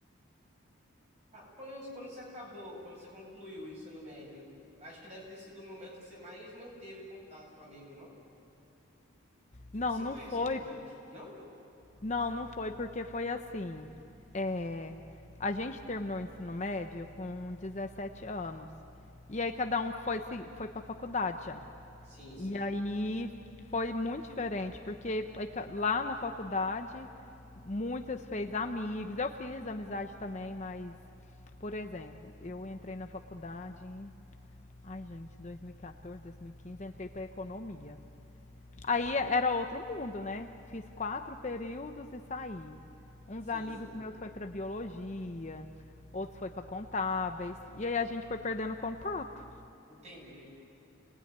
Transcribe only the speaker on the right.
Ah, quando, quando você acabou, quando você concluiu o ensino médio, acho que deve ter sido o momento que você mais manteve contato com amigos, não?
Eu sinto
isso,
pelo menos. Não?
Sim, sim.
Sim,
sim.
Entendi.